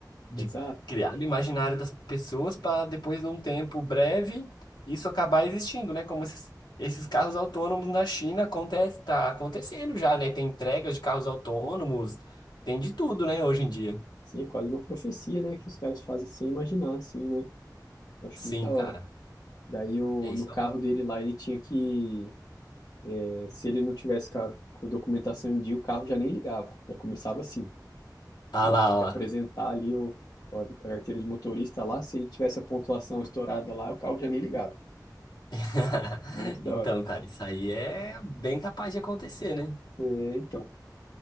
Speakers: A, on the left; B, on the left.
A: de
B: Exato.
A: criar no imaginário das pessoas para depois, num tempo breve, isso acabar existindo, né? Como esses, esses carros autônomos na China acontece, tá acontecendo já, né? Tem entregas de carros autônomos, tem de tudo, né, hoje em dia.
B: Sim, é quase uma profecia, né? Que os caras fazem sem imaginar, assim, né? Eu acho
A: Sim,
B: muito da hora.
A: cara.
B: Daí, o,
A: É isso.
B: no carro dele lá, ele tinha que... eh, Se ele não tivesse com a, com a documentação em dia, o carro já nem ligava. Já começava assim.
A: Ah
B: Ele
A: lá,
B: tinha que
A: ó.
B: apresentar ali o, o- a carteira de motorista lá. Se ele tivesse a pontuação estourada lá, o carro já nem ligava.
A: <laughs>
B: Muito da
A: Então,
B: hora.
A: cara, isso aí é bem capaz de acontecer, né?
B: É, então.